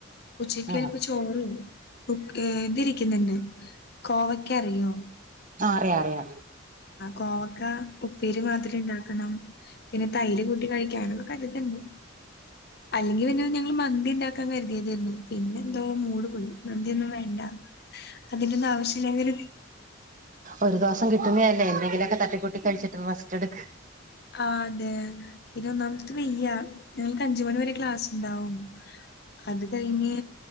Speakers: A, on the left (about 50°); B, on the right (about 40°).
A: ഉച്ചക്ക്
B: ആഹ്
A: വെരുമ്പം ചോ <unintelligible> കുക് ഏഹ് ഇതിരിക്കുന്ന്ണ്ട് കോവയ്ക്ക അറിയോ?
B: ആഹ് അറിയാ അറിയാ
A: ആഹ് കോവക്കാ ഉപ്പേരി മാതിരി ഇണ്ടാക്കണം പിന്നെ തൈര് കൂട്ടി കഴിക്കാന്നൊക്കെ കര്ത്ണ്ട് അല്ലെങ്കിൽ പിന്നെ ഞങ്ങള് മന്തി ഇണ്ടാക്കാൻ കരുതിയതേയിരുന്നു പിന്നെ എന്തോ മൂട് പോയി മന്തി ഒന്നും വേണ്ടാ അതിന്റൊന്ന് ആവശ്യല്ലങ്കില്
B: ഒരു ദിവസം കിട്ടുന്നെയല്ലേ എന്തെങ്കിലുമൊക്കെ തട്ടിക്കൂട്ടി കഴിച്ചിട്ട് റസ്റ്റ് എടുക്ക്‌
A: ആഹ് അതെ പിന്നെ ഒന്നാമത്ത് വെയ്യ ഞങ്ങൾക്ക് അഞ്ച മണി വരെ ക്ലാസ് ഇണ്ടാവും അത് കഴിഞ്ഞ്